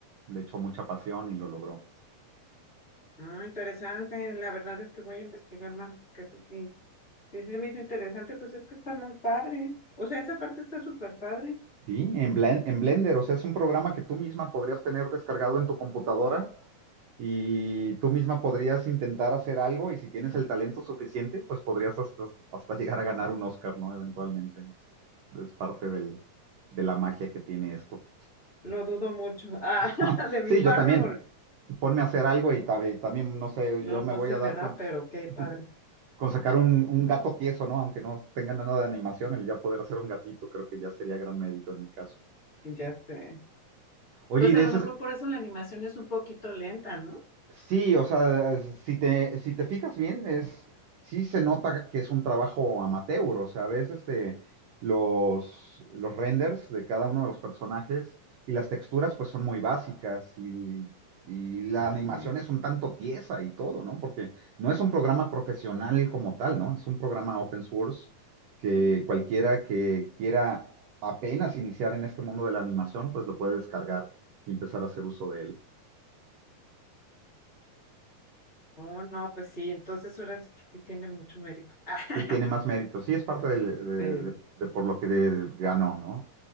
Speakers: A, on the right (about 80°); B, on the left (about 30°).
A: Le echó mucha pasión y lo logró.
B: Ah, interesante, la verdad es que voy a investigar más porque eso sí, sí se me hizo interesante, pues es que está muy padre. O sea, esa parte está súper padre.
A: Sí, en, Blen- en Blender, o sea, es un programa que tú misma podrías tener descargado en tu computadora y tú misma podrías intentar hacer algo y si tienes el talento suficiente, pues podrías hasta, hasta llegar a ganar un Oscar, ¿no? Eventualmente. Es, es parte del, de la magia que tiene esto.
B: Lo dudo mucho. <laughs> Ah,
A: <laughs>
B: de mi
A: Sí, yo
B: parte
A: también.
B: porque
A: Ponme a hacer algo y, ta- y también, no sé,
B: no,
A: yo
B: no
A: me voy
B: se
A: a
B: me
A: dar
B: da,
A: con,
B: pero qué
A: <laughs>
B: padre.
A: con sacar un, un gato tieso, ¿no? Aunque no tenga nada de animación, el ya poder hacer un gatito creo que ya sería gran mérito en mi caso.
B: Ya sé.
A: Oye,
B: Pues
A: y
B: a
A: de
B: lo
A: ese,
B: mejor por eso la animación es un poquito lenta, ¿no?
A: Sí, o sea, si te, si te fijas bien, es, sí se nota que es un trabajo amateur, o sea, ves este, los, los renders de cada uno de los personajes y las texturas pues son muy básicas y, y la
B: Ujú.
A: animación es un tanto tiesa y todo, ¿no? Porque no es un programa profesional como tal, ¿no? Es un programa open source que cualquiera que quiera apenas iniciar en este mundo de la animación pues lo puede descargar y empezar a hacer uso de él.
B: Oh, no, pues sí, entonces ahora sí que sí tiene mucho mérito. <laughs>
A: Sí, tiene más mérito. Sí, es parte del- de,
B: Sí.
A: de- de por lo que de- ganó, ¿no?